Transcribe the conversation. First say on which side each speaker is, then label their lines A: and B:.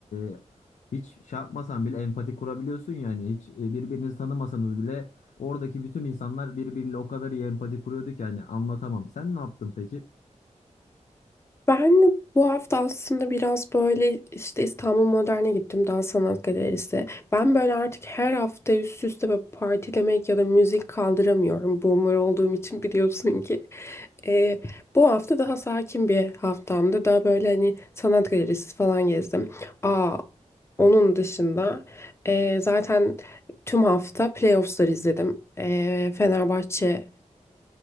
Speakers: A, on the left; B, on the left.
A: e, hiç şey yapmasan bile empati kurabiliyorsun yani hiç e, birbirinizi tanımasanız bile oradaki bütün insanlar birbiriyle o kadar iyi empati kuruyordu ki hani anlatamam. Sen ne yaptın peki?
B: Ben bu hafta aslında biraz böyle işte İstanbul Modern'e gittim daha sanat galerisi. Ben böyle artık her hafta üst üste böyle partilemek ya da müzik kaldıramıyorum. Boomer olduğum için biliyorsun ki. Ee, bu hafta daha sakin bir haftamdı. Daha böyle hani sanat galerisi falan gezdim. Aa, onun dışında ee, zaten tüm hafta playoffs'ları izledim. Ee, Fenerbahçe